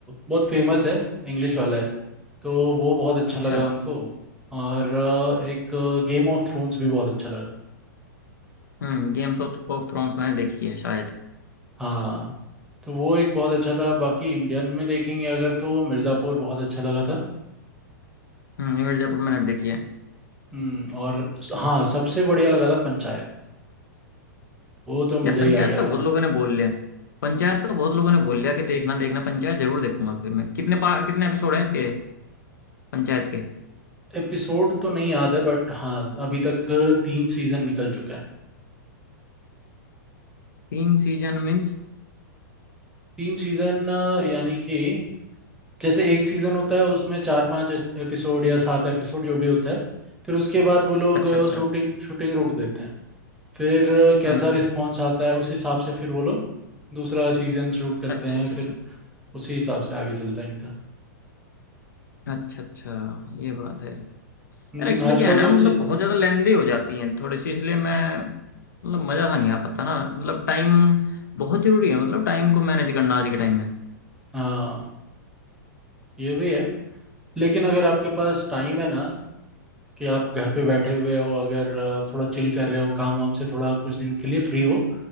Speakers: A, in the centre; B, on the left.
A: बहुत फेमस है इंग्लिश वाला है तो वो बहुत अच्छा
B: अच्छा
A: लगा हमको और अ, एक गेम ऑफ थ्रोन्स भी बहुत अच्छा लगा
B: हम्म गेम्स ऑफ ऑफ थ्रोन्स मैंने देखी है शायद
A: हाँ तो वो एक बहुत अच्छा था बाकी इंडियन में देखेंगे अगर तो मिर्ज़ापुर बहुत अच्छा लगा था
B: हम्म रणवीर जयपुर मैंने भी देखी है
A: हम्म और स- हाँ सबसे बढ़िया लगा था पंचायत वो तो मज़ा
B: यार पंचायत
A: ही आ गया
B: का बहुत
A: था
B: लोगों ने बोल लिया पंचायत का बहुत लोगों ने बोल लिया कि देखना देखना पंचायत जरूर देखूंगा फिर मैं कितने पार कितने एपिसोड हैं इसके पंचायत के
A: एपिसोड तो नहीं याद है बट हाँ अभी तक तीन सीज़न निकल चुका है
B: तीन सीजन मीन्स
A: तीन सीज़न यानी कि जैसे एक सीजन होता है उसमें चार पांच एपिसोड या सात एपिसोड जो भी होता है फिर उसके बाद वो लोग
B: अच्छा अच्छा
A: शूटिंग शूटिंग रोक देते हैं फिर अ, कैसा
B: हम्म
A: रिस्पॉन्स आता है उस हिसाब से फिर वो लोग दूसरा सीजन शूट करते
B: अच्छा
A: हैं
B: अच्छा अच्छा
A: फिर उसी हिसाब से आगे चलता है इनका
B: अच्छा अच्छा ये बात है यार
A: हम्म,
B: एक्चुअली
A: आजकल
B: क्या है ना
A: तो
B: मतलब
A: सी...
B: बहुत ज़्यादा लेंदी हो जाती हैं थोड़ी सी इसलिए मैं मतलब मज़ा सा नहीं आ पाता ना मतलब टाइम बहुत ज़रूरी है मतलब टाइम को मैनेज करना आज के टाइम में
A: हाँ ये भी है लेकिन अगर आपके पास टाइम है ना कि आप घर पे बैठे हुए हो अगर अ, थोड़ा चिल कर रहे हो काम वाम से थोड़ा कुछ दिन के लिए फ्री हो